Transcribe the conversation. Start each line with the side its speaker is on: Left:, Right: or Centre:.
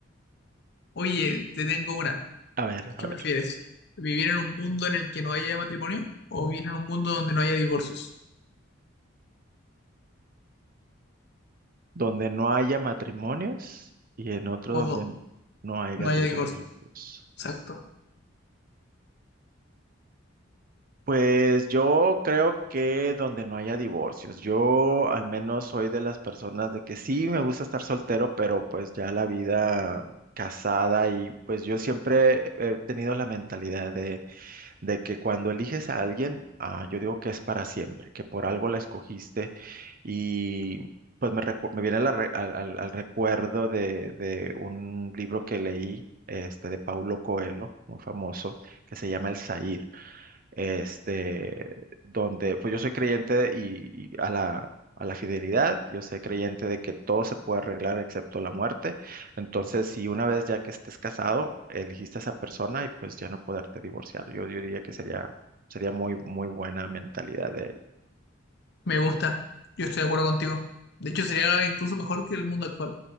Left: Oye, te tengo una.
Right: A ver, a
Left: ¿Qué
Right: ver,
Left: prefieres? ¿Vivir en un mundo en el que no haya matrimonio o vivir en un mundo donde no haya divorcios?
Right: donde no haya matrimonios y en otro
Left: O
Right: donde
Left: do-
Right: no haya
Left: no haya
Right: divorcios.
Left: divorcios. Exacto.
Right: Pues yo creo que donde no haya divorcios, yo al menos soy de las personas de que sí me gusta estar soltero, pero pues ya la vida casada y pues yo siempre he tenido la mentalidad de, de que cuando eliges a alguien, ah, yo digo que es para siempre, que por algo la escogiste y pues me, recu- me viene la re- al, al- al recuerdo de, de un libro que leí, este, de Paulo Coelho, muy famoso, que se llama El Zahir este, donde pues yo soy creyente y, y a la, a la fidelidad, yo soy creyente de que todo se puede arreglar excepto la muerte. Entonces, si una vez ya que estés casado, elegiste a esa persona y pues ya no poderte divorciar, yo, yo diría que sería, sería muy, muy buena mentalidad
Left: Me gusta. Yo estoy de acuerdo contigo. De hecho, sería incluso mejor que el mundo actual,